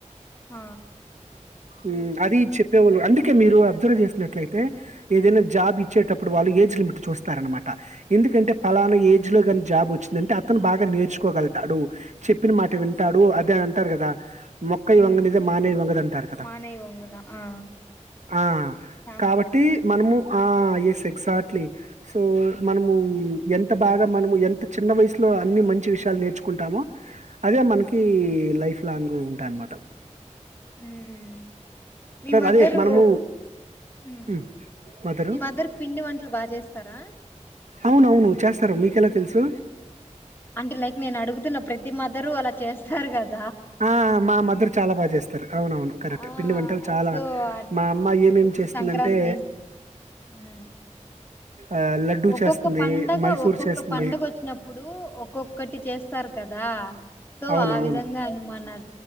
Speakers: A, on the left; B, on the right.
A: ఆ
B: ఊమ్ అది చెప్పేవాళ్ళు
A: అంతే
B: అందుకే
A: కదా
B: మీరు అబ్జర్వ్ చేస్ ట్లయితే ఏదైనా జాబ్ ఇచ్చేటప్పుడు వాళ్ళు ఏజ్ లిమిట్ చూస్తారన్మాట. ఎందుకంటే పలానా ఏ ఏజ్ లో గాని జాబ్ ఓచ్ అంటే అతను బాగా నేర్చుకోగల్తాడు. చెప్పినమాట వింటాడు అదే అంటారు కదా. మొక్క అయి
A: ఉమ్
B: వంగనిద మానేయ్ వంగది అంటారు కదా
A: మానై వంగున ఆ
B: ఆ
A: సామెత
B: కాబట్టి
A: భలే
B: మనుము ఆ ఏస్ ఎక్సాక్ట్లీ సో
A: ఉమ్
B: మన్ము ఎంత్ ఎంత బాగా మనం ఎంత చిన్న వయసులో అన్ని మంచి విషయాలు నేర్చుకుంటామో అదే మనకి లై లైఫ్ లాంగూ ఉంటా అన్మాట
A: ఊమ్ మీ మదరు
B: అదే మనము
A: ఉమ్
B: హ్మ్. మదరు
A: మీ మద్దర్ పిండి వంటలు బాగ్ చేస్తారా
B: అవునవును చేస్తారు మీకెలా తెల్సు
A: అంటే లైక్ నేన్ అడుగుతున్న ప్రతి మద్దరు అలా చేస్తారు కదా
B: ఆ మా మదర్ చాలా బాగా చేస్తారు. అవునవును కరెక్టే
A: ఆ
B: పిండి వంటలు చాలా
A: సో
B: బా
A: అట్లా
B: మా అమ్మాయి ఏం
A: ఇప్పుడు
B: చేస్తుందంటే
A: సంక్రాంతి ఉమ్
B: ఆహ్, లడ్డూ
A: ఒక్కొక్క
B: చేస్తుంది,
A: పండగ
B: మైసూర్
A: ఒక్కొక్క
B: చేస్తుంది.
A: పండగ వచ్చినప్పుడు ఒక్కొక్కటి చేస్తారు కదా సో
B: అవునవును.
A: ఆ విధంగా అనుమాన